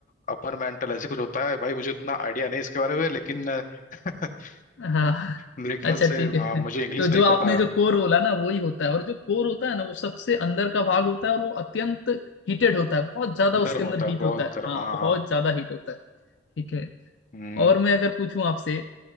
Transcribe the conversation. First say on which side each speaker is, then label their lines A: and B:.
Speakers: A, on the left (about 45°); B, on the left (about 70°).
A: अपर मेंटल ऐसे कुछ होता है भाई मुझे उतना आइडिया नहीं इसके बारे में लेकिन अ, <laughs>
B: हाँ
A: मेरे ख्याल
B: अच्छा
A: से
B: ठीक
A: हाँ
B: है
A: मुझे इंग्लिश
B: तो जो
A: में ही
B: आपने
A: पता है
B: जो कोर बोला ना वही होता है और जो कोर होता है ना वो सबसे अंदर का भाग होता है और वो अत्यंत हीटेड होता है बहुत ज्यादा उसके
A: गर्म
B: अंदर
A: होता है
B: हीट
A: बहुत
B: होता है
A: गर्म
B: हाँ
A: हाँ
B: बहुत
A: हाँ
B: ज्यादा हीट होता है ठीक है
A: हम्म
B: और मैं अगर पूछूं आपसे